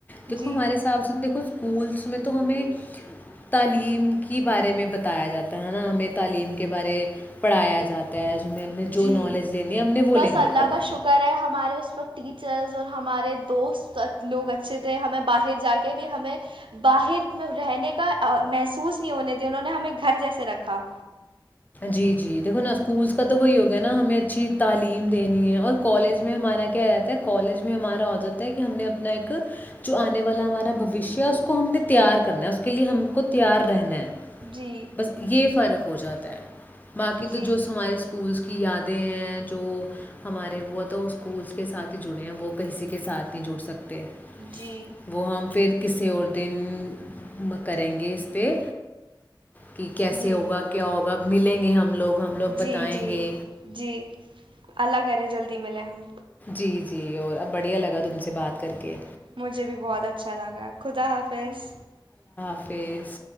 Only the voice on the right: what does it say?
جی
جی
بس
اللہ
کا شکر ہے ہمارے اس پرق ٹی ٹیچرز اور ہمارے دوست لوگ اچھے تھے ہمیں باہر جا کے بھی ہمیں باہر میں رہنے کا محسوس نہیں ہونے دے انہوں نے ہمیں گھر جیسے رکھا
جی
جی
جی
جی
جی جی
جی الگ جلدی ملے ہم
مجھے بھی بہت اچھا لگا خدا حافظ